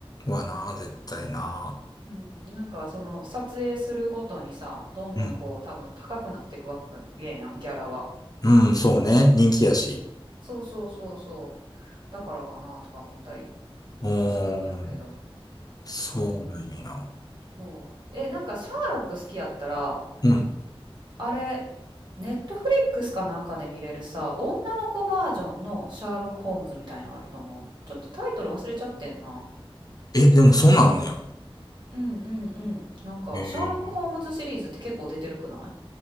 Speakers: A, on the left (about 40°); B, on the right (about 50°).
A: わな、絶対な。
B: うん、なんかその撮影するごとにさ、どんどんこう多分高くなっていくわけやん、
A: うん。
B: ギャラは。
A: うん、そうね。人気やし。
B: いそうそうそうそう。だからかなとか思ったり
A: うーん。
B: してんやけど。
A: そうなんや。
B: えー、そう。え、なんかシャーロック好きやったら、
A: うん。
B: あれ、ネットフリックスかなんかで見れるさ、女の子バージョンのシャーロック・ホームズみたいなのあると思う。ちょっとタイトル忘れちゃってんな。
A: え、でもそんなんあんねや。
B: うんうんうん。なんか、
A: ええ。
B: シャーロック・ホームズシリーズって結構出てるくない